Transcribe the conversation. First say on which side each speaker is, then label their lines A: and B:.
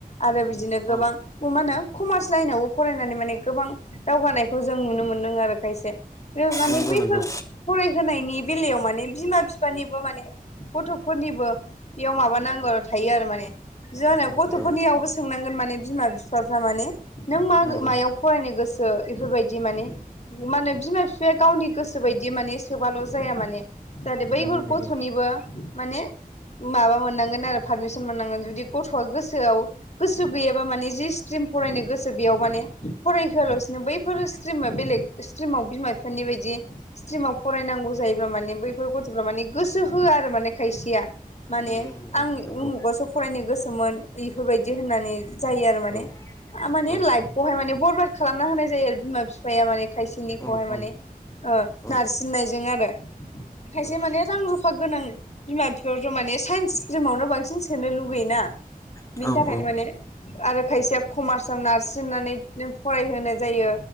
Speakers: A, on the left; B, on the left.
A: आरो बिदिनो गोबां
B: औ
A: मा होनो कमार्स लाइनावबो फरायनानै माने गोबां दावगानायखौ जों नुनो मोनदों आरो खायसे बे माने
B: नंगौ
A: बैफोर
B: नंगौ
A: फरायहोनायनि बेलायाव माने बिमा बिफानिबो माने गथ'फोरनिबो बेयाव माबा नांगौ थायो आरो माने जाहोनाव
B: औ
A: गथ'फोरनियावबो
B: औ
A: सोंनांगोन माने बिमा बिफाफ्रा माने नों मा
B: नंगौ
A: मायाव फरायनो गोसो बेफोरबायदि माने मा होनो बिमा बिफाया गावनि गोसो बायदि माने सोबाल' जाया माने जाहाथे
B: नंगौ
A: बैफोर
B: नंगौ
A: गथ'निबो माने माबा मोननांगोन आरो पारमिसन मोननांगोन जुदि गथ'आ गोसोआव गोसो गैयाबा माने जि स्ट्रिम फरायनो गोसो बेयाव माने फरायहोआलासिनो बै फोर स्ट्रिमा बेलेग स्ट्रिमाव बिमा बिफानि बायदि स्ट्रिमाव फरायनांगौ जायो मान बै गथ' माने गोसो होआ आरो माने खायसेया माने
B: नंगौ
A: आंनि
B: नंगौ
A: उमुगावसो
B: नंगौ
A: फरायनो गोसोमोन बेफोरबायदि होननानै जायो आरो माने
B: औ
A: माने
B: औ
A: लाइफ खौहाय माने बरबाद खालामना होनाय जायो आरो बिमा बिफाया माने खायसेनिखौहाय
B: औ औ
A: माने ओ
B: औ
A: नार्स फननायजों आरो खायसे
B: औ
A: माने रां रुफा गोनां बिमा बिफाथ' माने साइन्स स्ट्रिमावनो बांसिन सोनो लुगैयोना
B: औ
A: बिनि
B: औ आरो
A: थाखायनो माने आरो खायसेया कमार्सआव नारसिननानै फरायहोनाय जायो